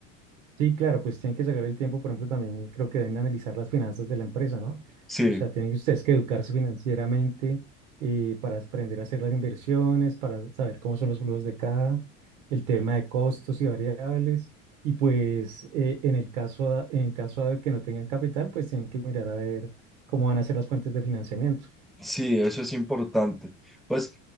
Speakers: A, on the right; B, in the centre.
A: Sí, claro, pues tienen que sacar el tiempo, por ejemplo, también creo que deben analizar las finanzas de la empresa, ¿no?
B: Sí,
A: O sea, tienen ustedes que educarse financieramente eh, para aprender a hacer las inversiones, para saber cómo son los flujos de caja, el tema de costos y variables, y pues eh, en el caso, a- en caso de que no tengan capital, pues tienen que mirar a ver cómo van a ser las fuentes de financiamiento.
B: Sí, eso es importante. Pues